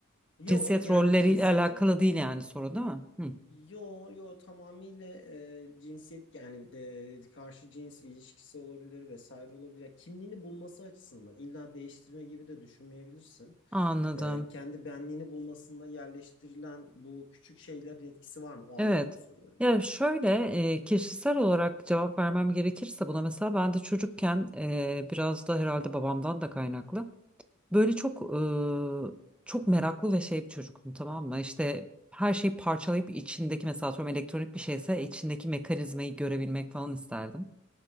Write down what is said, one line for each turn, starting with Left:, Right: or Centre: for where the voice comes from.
Left: Yo
Centre: Cinsiyet
Left: yani
Centre: rolleriyle
Left: cinsiyetin
Centre: alakalı değil yani soru değil mi? Hı.
Left: Yo yo tamamıyla e, cinsiyet yani e, karşı cins ilişkisi olabilir vesaire olabilir. Ya kimliğini bulması açısından illa değiştirme gibi de düşünmeyebilirsin.
Centre: Anladım.
Left: E, kendi benliğini bulmasında yerleştirilen bu küçük şeylerin etkisi var mı? O
Centre: Evet.
Left: anlamda soruyorum.
Centre: Yani şöyle e, kişisel olarak cevap vermem gerekirse buna mesela ben de çocukken e, biraz da herhalde babamdan da kaynaklı. Böyle çok e, çok meraklı ve şey bir çocuktum tamam mı? İşte her şeyi parçalayıp içindeki mesela atıyorum elektronik bir şeyse içindeki mekanizmayı görebilmek falan isterdim.